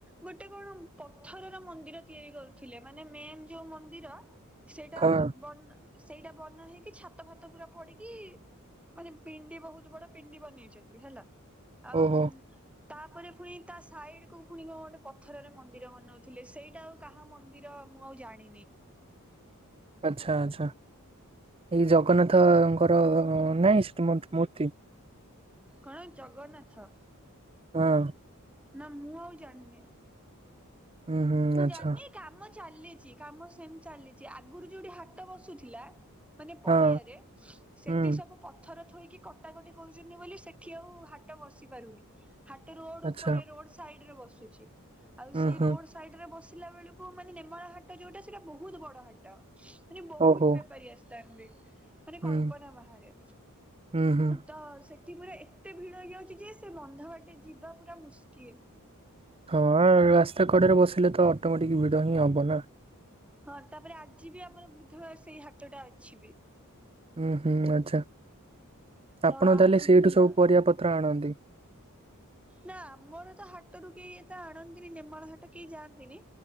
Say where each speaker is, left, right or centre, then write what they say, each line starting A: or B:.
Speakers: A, in the centre; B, on the right.
A: ଗୋଟେ କଣ ପଥରର ମନ୍ଦିର ତିଆରି କରୁଥିଲେ ମାନେ ମେନ୍ ଯୋଉ ମନ୍ଦିର ସେଇଟା
B: ହଁ
A: ବ ସେଇଟା ବନା ହେଇକି ଛାତ ଫାତ ପୁରା ପଡିକି ମାନେ ପିଣ୍ଡି ବହୁତ ବଡ ପିଣ୍ଡି ବନେଇଛନ୍ତି ହେଲା ଆଉ
B: ଓହୋ
A: ତାପରେ ପୁଣି ତା ସାଇଡ କୁ ପୁଣି ଗୋଟେ ପଥରରେ ମନ୍ଦିର ବନଉଥିଲେ ସେଇଟା ଆଉ କାହା ମନ୍ଦିର ମୁଁ ଆଉ ଜାଣିନି।
B: <unintelligible> ଆଚ୍ଛା ଆଚ୍ଛା ଏଇ ଜଗନ୍ନାଥଙ୍କର ନାହିଁ ସେଠି ମୂର୍ତ୍ତି
A: କଣ ଜଗନ୍ନାଥ।
B: ହଁ।
A: ନା ମୁଁ ଆଉ ଜାଣିନି।
B: ହୁଁ ହୁଁ
A: ମୁଁ
B: ଆଚ୍ଛା
A: ଜାଣିନି କାମ ଚାଲିଛି କାମ ସେମିତି ଚାଲିଛି ଆଗରୁ ଯୋଉଠି ହାଟ ବସୁଥିଲା। ମାନେ ପଡିଆରେ
B: ହଁ
A: ସେଠି
B: ହୁଁ
A: ସବୁ ପ ପଥର ଥୋଇକି କଟାକଟି କରୁଛନ୍ତି ବୋଲି ସେଠି ଆଉ ହାଟ ବସି ପାରୁନି। ହାଟ ରୋଡ
B: ଆଚ୍ଛା
A: ଉପରେ ରୋଡ ସାଇଡ ରେ ବସୁଛି। ଆଉ ସେଇ
B: ହୁଁ ହୁଁ
A: ରୋଡ ସାଇଡ ରେ ବସିଲା ବେଳକୁ ମାନେ ନେମାଳ ହାଟ ଯୋଉଟା ସେଇଟା ବହୁତ ବଡ ହାଟ। ହାଟ ସେଠି ବହୁତ
B: ଓହୋ
A: ବେପାରୀ ଆସିଥାନ୍ତି। ମାନେ
B: ହୁଁ
A: କଳ୍ପନା ବାହାରେ
B: ହୁଁ ହୁଁ
A: ତ ସେ ପୁରା ଏତେ ଭିଡ ହେଇଯାଉଛି ଯେ ସେ ବନ୍ଧ ବାଟେ ଯିବା ପୁରା ମୁସ୍କିଲ।
B: ହଁ ରାସ୍ତା କଡ଼ରେ ବସିଲେ ତ ଅଟୋମେଟିକ ଭିଡ଼ ହିଁ ହବ ନା।
A: ହଁ ତାପରେ ଆଜି ବି ଆମର ବୁଧବାର ସେଇ ହାଟଟା ଅଛି ବି।
B: ହୁଁ ହୁଁ ଆଛା
A: ତ
B: ଆପଣ
A: ଆଜି
B: ତାହେଲେ ସେଇଠୁ
A: ବି ଭିଡ।
B: ସବୁ ପରିବା ପତ୍ର ଆଣନ୍ତି। <inaudible>
A: ନା ଆମର ତ ହାଟରୁ କେହି ଏତ ଆଣନ୍ତିନି ନେମାଳ ହାଟ କେହି ଯାଆନ୍ତିନି।